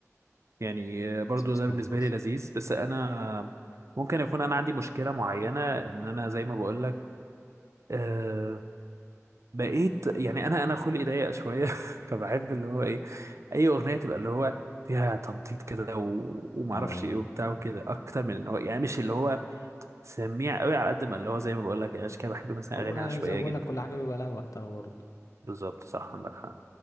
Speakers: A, on the right; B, on the left.
A: يعني آه، برضو
B: بس ما سمعتلوش
A: ده بالنسبه لي لذيذ بس انا ممكن يكون انا عندي مشكله معينه ان انا زي ما بقول لك آه بقيت يعني انا انا خلقي ضيق شويه <laughs> فبحب اللي هو ايه اي اغنيه تبقى اللي هو فيها تنطيط كده و... وما
B: اه
A: اعرفش ايه وبتاع وكده اكتر من ان هو يعني مش اللي هو سميع قوي على قد ما اللي هو زي ما بقول لك يعني عشان كده بحب مثلا
B: هو
A: اغاني عشوائيه
B: زي ما بقول
A: جدا
B: لك كل حاجه بيبقى لها وقتها برضه
A: بالظبط صح عندك حق